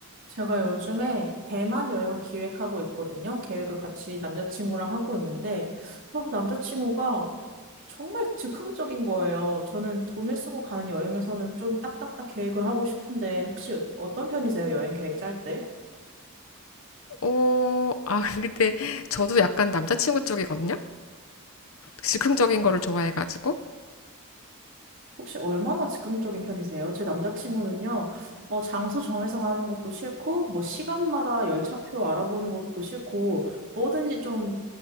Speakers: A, on the right; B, on the left.
A: 제가 요즘에 대만 여행을 기획하고 있거든요. 계획을 같이 남자친구랑 하고 있는데, 어, 남자친구가 정말 즉흥적인 거예요. 저는 돈을 쓰고 가는 여행에서는 좀 딱딱딱 계획을 하고 싶은데, 혹시 어떤 편이세요? 여행 계획 짤 때?
B: 어, 아, <laughs> 근데 저도 약간 남자친구 쪽이거든요? 즉흥적인 거를 좋아해가지고.
A: 혹시 얼마나 즉흥적인 편이세요? 제 남자친구는요, 어, 장소 정해서 가는 것도 싫고, 뭐, 시간마다 열차표 알아보는 것도 싫고, 뭐든지 좀,